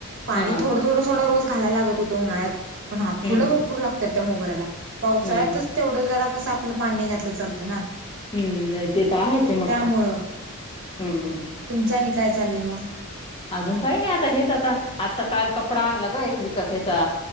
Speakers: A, on the right; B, on the left.
A: पाणी
B: हा
A: थोडं थोडं थोडं रोज.. खायला लागत होत उन्हा्यात पण हा फुलं
B: हम्म
A: भरपूर लागतात त्या मोगऱ्याला पावसाळ्यातच
B: हम्म
A: तेवढं.. जरा कस आपलं पाणी घातलं चालतं ना.
B: हम्म ते तर आहेच आहे मग
A: त्यामुळं
B: काय हम्म
A: तुमचानी काय चाललंय मग.
B: अजून काही नाही आता हेच आता आता काल कपडा आणला ग एक विकत हचा